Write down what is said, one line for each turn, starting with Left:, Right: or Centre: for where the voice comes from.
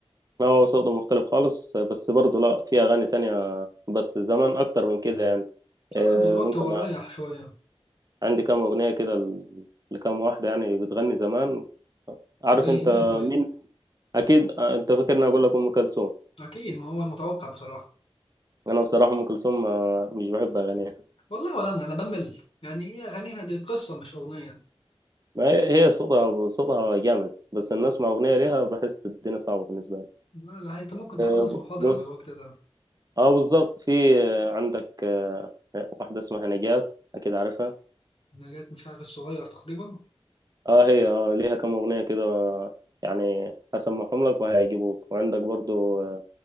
Right: أنا هو صوته مختلف خالص بس برضه لا في أغاني تانية بس زمان أكتر من كده يعني
Left: لا
Right: آه،
Left: دلوقتي
Right: ممكن
Left: هو رايح شوية
Right: عندي كام أغنية كده ل- لكام واحدة يعني بتغني زمان عارف
Left: زي
Right: أنت
Left: مين طيب
Right: مين أكيد آه أنت فاكرني أقول لك أم كلثوم
Left: أكيد ما هو المتوقع بصراحة
Right: انا بصراحه ام كلثوم ما- مش بحب اغانيها
Left: والله ولا أنا أنا بمل يعني هي أغانيها دي قصة مش أغنية
Right: ما هي هي صوتها صوتها جامد بس ان اسمع اغنيه ليها بحس الدنيا صعبه بالنسبه لي
Left: لا لا انت ممكن تخلص
Right: أه، ب-
Left: محاضرة
Right: بص
Left: في الوقت ده
Right: اه بالظبط في آه، عندك آه، واحده اسمها نجاة اكيد عارفها
Left: نجاة مش عارف الصغير تقريبا
Right: اه هي اه ليها كم اغنيه كده آه، يعني هسمعهم لك وهيعجبوك وعندك برضو آه،